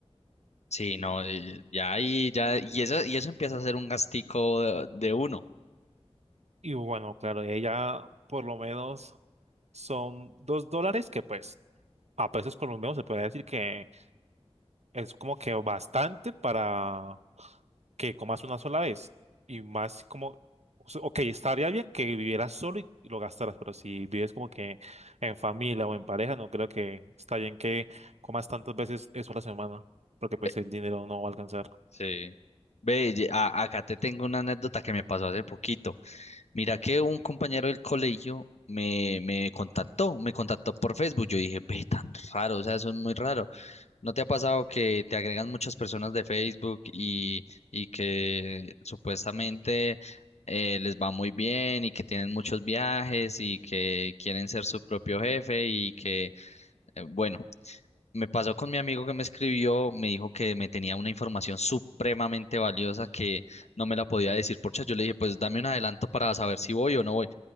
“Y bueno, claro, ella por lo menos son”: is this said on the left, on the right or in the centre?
Right